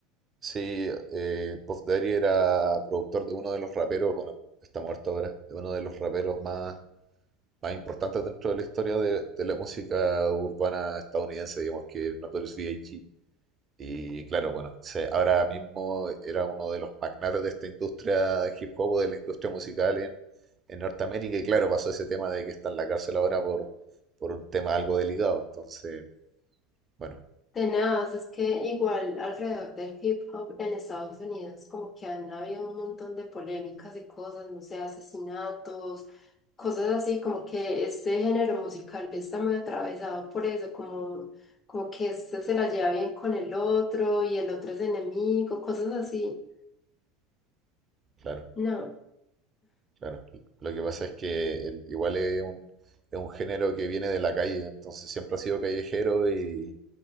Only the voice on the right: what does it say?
Sí, eh, Puff Daddy era productor de uno de los raperos, bueno, está muerto ahora, de uno de los raperos más más importantes dentro de la historia de, de la música urbana estadounidense, digamos que es Notorious B.I.G. Y claro, bueno, se- ahora mismo era uno de los magnates de esta industria de hip hop, o de la industria musical en, en Norteamérica, y claro, pasó ese tema de que está en la cárcel ahora por, por un tema algo delicado. Entonces, bueno,
claro,
claro. Lo que pasa es que el- igual es un, es un género que viene de la calle, entonces siempre ha sido callejero y,